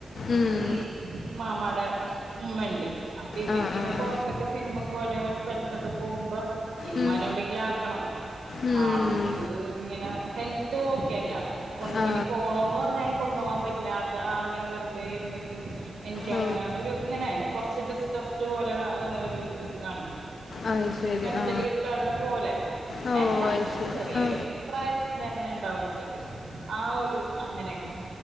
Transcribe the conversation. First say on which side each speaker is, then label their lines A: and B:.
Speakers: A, on the left (about 75°); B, on the right (about 80°).
A: ഉം.
B: ഈ മാമാടെ ഉമ്മണ്ട് അപ്പൊ ഇവരിങ്ങനെ
A: ആ, ആ,
B: പൊർത്തൊക്കെ
A: ആ.
B: സിനിമക്. ക്കേലെ മറ്റ് ഫ്രണ്ട്സ് ഒക്കെ പോകുമ്പോ ഇമ്മാനെ
A: ഉം.
B: ഇവി ങ്കിലാക്കണം
A: ഉം.
B: ആൾക്ക് ഇങ്ങനെ ഹെൽത്ത് ഓക്കെല്ല. കൊ
A: ആ.
B: ഇനി പോണോന്ന് പറഞ്ഞനി കൊണ്ടോകാൻ പറ്റില്ല ആള്ക്ക് ആള് ഇങ്ങനെ വെറുതേ ഇര്ന്ന്ട്ട്. എനിക്കങ്ങനെ
A: ഓ.
B: ഒരുങ്ങനെ കൊർച്ച് ഡിസ്ട്രസ്റ്റ് പോലെ ഒരു ഇത് കാണിക്കും
A: അത്
B: കൊർച്ചൊരു
A: ശരി.
B: മെന്റലി
A: ആ.
B: ഇറിട്ടടട്പോലെ അങ്ങനെയല്ല
A: ഓ, അത്
B: പക്ഷെ
A: ശരി.
B: ചെറിയൊരു.
A: ആ.
B: പ്രായത്തിന്റെ അങ്ങനെണ്ടാവല്ലൊ ചെലര് ആ ഒരു അങ്ങനെയൊക്കെ